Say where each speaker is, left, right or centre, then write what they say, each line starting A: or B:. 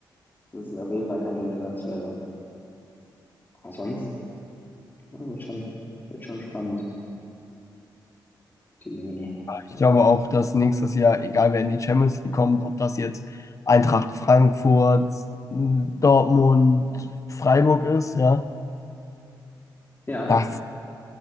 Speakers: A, on the left; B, on the left.
A: das ist auf jeden Fall kein schlechter Transfer dann. Aber sonst, ja, wird schon, wird schon spannend. Die Jemine.
B: Ich glaube auch, dass nächstes Jahr, egal wer in die Champions League kommt, ob das jetzt Eintracht Frankfurt, Dortmund, Freiburg ist, ja,
A: Ja,
B: das,